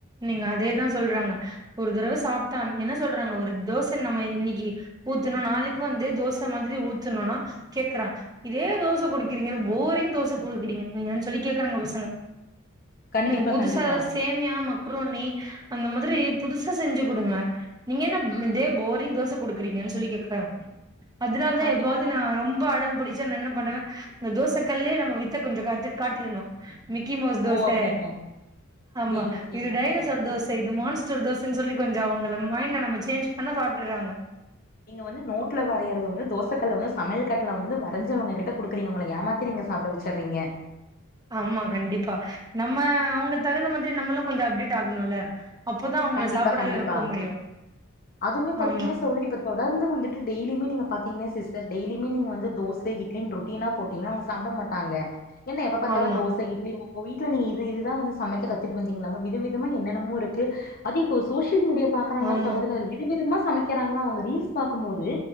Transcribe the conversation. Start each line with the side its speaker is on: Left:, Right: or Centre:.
Right: நீங்க அதேதா சொல்றாங்க ஒரு தடவ சாப்டான் என்ன சொல்றாங்க ஒரு தோச நம்ம இன்னைக்கி ஊத்துனோ நாளைக்கு வந்து தோச மாரி ஊத்துனோனா கேக்றா இதே தோச குடுக்குறீங்க போரிங் தோச குடுக்குறீங்க நீங்க சொல்லி கேக்குறாங்க பசங்க
Left: கண்டிப்பா
Right: எனக்கு புதுசா
Left: கண்டிப்பா
Right: எதாவது சேம் சேமியா மக்ரோன்னி அந்த மாரி புதுசா செஞ்சி குடுங்க நீங்க என்ன இதே போரிங் தோச குடுக்குறீங்கன்னு சொல்லி கேக்றாங்க அதனால தா
Left: கண்டிப்பா
Right: எப்பாது
Left: கண்டி-
Right: நா ரொம்ப அடம் பிடிச் ச என்ன பண்ணுவ இந்த தோச கல்லே நம்ம வித்த கொஞ்சோ காத்த காட்டிரணு மிக்கிமோஸ் தோச
Left: ஓ அப்டிங்களா
Right: ஆமா
Left: சேரிங்க சேரிங்க
Right: இது டைனோசர்
Left: சகோதரி
Right: தோஸ் இது மான்ஸ்டர் தோசன்னு சொல்லி கொஞ்சோ அவங்கள மைண்ட் நம்ம சேஞ் பண்ண சாப்ட்றுராங்க
Left: இங்க வந்து நோட்ல வரையறத வந்து தோச கல்ல வந்து சமைல் கட்ல வந்து வரஞ்சி அவங்க கிட்ட குடுக்குறீங்க உங்கள ஏமாத் ரிங்க சாப்ட வச்சறீங்க
Right: ஆமா கண்டிப்பா நம்ம அவங்க தகுந்த மாதிரி நம்மளு கொஞ்ச அப்டேட் ஆகணும்ல அப்போதா அவங்கள
Left: கண்டிப்பா
Right: சாப்டவே
Left: கண்டிப்பா
Right: வைக்க முடியு
Left: அதுமே பாத்தீங்கன்னா
Right: ஆமா
Left: சகோதரி இப்ப தொடர்ந்து வந்துட்டு டெய்லியுமே நீங்க பாத்தீங்க சிஸ்டர் டெய்லியுமே நீங்க வந்து தோச இட்லி ரொட்டினா போட்டீங்னா அவங்க சாப்ட மாட் டாங்க என்ன எப்ப பாத்தாலு
Right: ஆமா
Left: தோச இட் லி உங்க வீட்டுல நீங்க இது இதுதா வந்து சமைக்க கத்துட்டு வந்தீங்களாமா வித விதமா என்னென்னமோ இருக்கு அது இப்போ சோஷியல் மீடியா பாக்கறாங்களா
Right: ஆமா
Left: சகோதரி அதுல விதவிதமா சமைக்கிறாங்களா அவங்க ரீல்ஸ் பாக்கும்போது